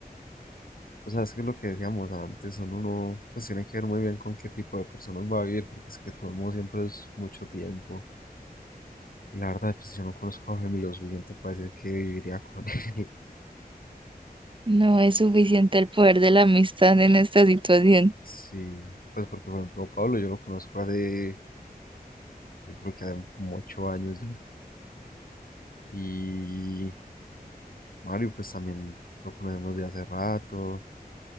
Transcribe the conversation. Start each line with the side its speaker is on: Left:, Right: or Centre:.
Left: o sea, es que lo que decíamos antes, uno no, pues tiene que ver muy bien con qué tipo de personas va a vivir, porque es que todo el mundo siempre es mucho tiempo. La verdad, pues yo no conozco a Jaime lo suficiente para decir que viviría con él. <laughs>
Right: No es suficiente el poder de la amistad en esta situación.
Left: Sí, pues porque, por ejemplo, Pablo yo lo conozco hace, yo creo que hace como ocho años ya. Y Mario, pues también lo conocemos de hace rato.